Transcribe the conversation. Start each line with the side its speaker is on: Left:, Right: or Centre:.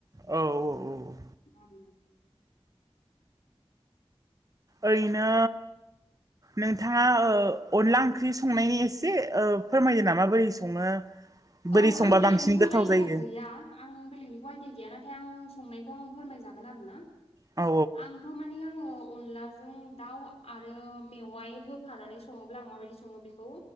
Right: औ औ औ
Left: <unintelligible>
Right: ओरनो। नोंथाङा अनला ओंख्रि संनायनि एसे फोरमायोायो नामा बोरै सङो। बोरै
Left: औ
Right: संबा
Left: आं बेलेगनिखौ
Right: बांसिन गोथाव
Left: आइदििया
Right: जायो
Left: गैया आं बेलेगनिखौ आइदििया गैया ना नाथाय आं संनायखौ आं फोरमायजागोन आरोोना
Right: औ
Left: आंथ' माने आङो अनलाजों। दाउ आरो मेवाइ होफानानै सङोब्ला आं माबायदि सङो बेखौ।